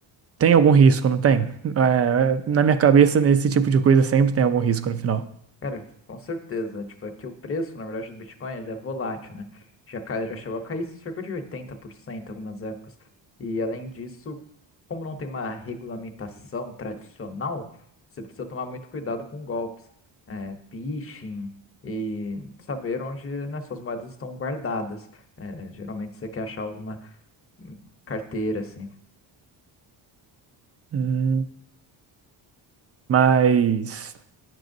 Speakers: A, on the right (about 35°); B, on the left (about 30°).
A: tem algum risco, não tem? É, é, na minha cabeça, nesse tipo de coisa sempre tem algum risco no final.
B: Cara, com certeza. Tipo, é que o preço, na verdade, do Bitcoin ele é volátil, né? Já, cai, já chegou a cair cerca de 80% em algumas épocas. E além disso, como não tem uma regulamentação tradicional, você precisa tomar muito cuidado com golpes, é, phishing e saber onde, né, suas moedas estão guardadas. É, geralmente você quer achar alguma hum, carteira assim
A: Hum, mas,